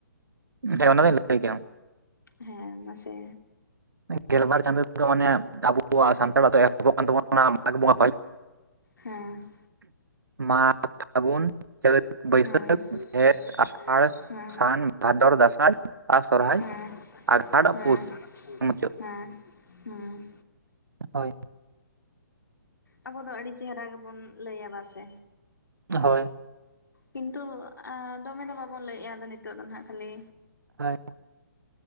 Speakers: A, on the right; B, on the left.
A: ᱦᱮᱸ ᱚᱱᱟ ᱫᱩᱧ ᱞᱟᱹᱭ ᱠᱮᱭᱟ
B: ᱦᱮᱸ ᱢᱟᱥᱮ
A: ᱜᱮᱞᱵᱟᱨ ᱪᱟᱸᱫᱳ ᱨᱮᱫᱚ ᱢᱟᱱᱮ ᱟᱵᱚᱣᱟᱜ ᱥᱟᱱᱛᱟᱲ ᱫᱚ ᱮᱠ ᱟᱵᱚᱱᱟᱜ ᱠᱟᱱ ᱛᱟᱵᱚᱱᱟ ᱚᱱᱟ ᱢᱟᱜᱽ ᱵᱚᱸᱜᱟ ᱠᱷᱚᱡ
B: ᱦᱮᱸ
A: ᱢᱟᱜᱽ ᱯᱷᱟᱹᱜᱩᱱ ᱪᱟᱹᱛ ᱵᱟᱹᱭᱥᱟᱹᱠᱷ
B: ᱦᱮᱸ ᱦᱮᱸ
A: ᱡᱷᱮᱸᱴ ᱟᱥᱟᱲ ᱥᱟᱱ ᱵᱷᱟᱫᱚᱨ ᱫᱟᱸᱥᱟᱭ ᱟᱨ ᱥᱚᱨᱦᱟᱭ
B: ᱦᱮᱸ
A: ᱟᱜᱷᱟᱬ ᱟᱨ
B: ᱦᱮᱸ
A: ᱯᱩᱥ ᱢᱩᱪᱟᱹᱫ
B: ᱦᱮᱸ ᱦᱮᱸ
A: ᱦᱳᱭ,
B: ᱟᱵᱚ ᱫᱚ ᱟᱹᱰᱤ ᱪᱮᱦᱨᱟ ᱜᱮᱵᱚᱱ ᱞᱟᱹᱭᱼᱟ ᱵᱟ-ᱥᱮ।
A: ᱦᱳᱭ
B: ᱠᱤᱱᱛᱩ ᱫᱚᱢᱮ ᱫᱚ ᱵᱟᱵᱚᱱ ᱞᱟᱹᱭᱮᱜᱼᱟ ᱟᱫᱚ ᱱᱤᱛᱚᱜ ᱫᱚ ᱦᱟᱸᱜ ᱠᱷᱟᱹᱞᱤ
A: ᱦᱳᱭ